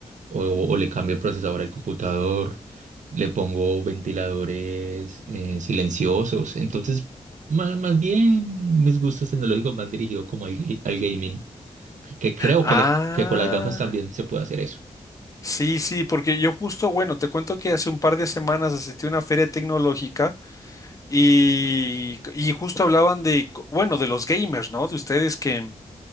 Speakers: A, on the right; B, on the left.
A: o, o le cambio el procesador al computador, le pongo ventiladores eh, silenciosos. Entonces, más, más bien mis gustos tecnológicos van dirigidos como al, ga- al gaming, que, que creo
B: ah,
A: que, le- que con las gafas también se puede hacer eso.
B: sí, sí, porque yo justo, bueno, te cuento que hace un par de semanas asistí a una feria tecnológica Y, y justo hablaban de, co- bueno, de los gamers, ¿no? De ustedes que